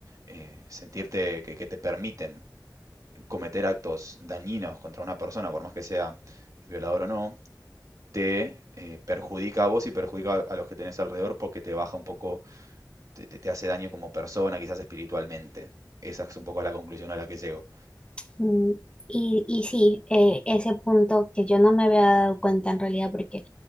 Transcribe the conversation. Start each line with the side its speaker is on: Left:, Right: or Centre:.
Right: eh, sentirte que, que te permiten cometer actos dañinos contra una persona, por más que sea violador o no, te eh, perjudica a vos y perjudica a los que tenés alrededor porque te baja un poco, te, te- hace daño como persona, quizás espiritualmente. Esa es un poco la conclusión a la que llego.
Left: Mm, Y, y sí, eh, ese punto que yo no me había dado cuenta en realidad porque,